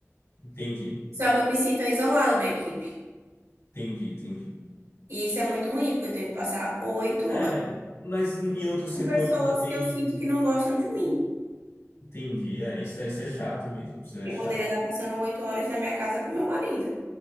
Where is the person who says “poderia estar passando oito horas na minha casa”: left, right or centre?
Right